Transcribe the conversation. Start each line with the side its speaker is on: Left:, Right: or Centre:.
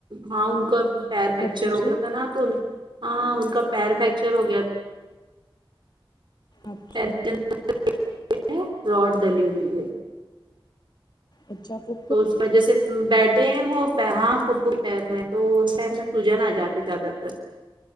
Right: ہاں ان کا پیر فریکچر
Left: پھپھو
Right: ہو
Left: سے
Right: گیا تھا نا تو ہاں ان کا پیر فریکچر ہو گیا تھا
Left: اچھا
Right: <inaudible> راڈ ڈلی ہوئی ہے
Left: اچھا پھر
Right: تو اس پر جیسے بیٹھے ہیں وہ ہاں پھوپھو شہر میں تو شہر میں سوجن آ جاتی زیادہ تر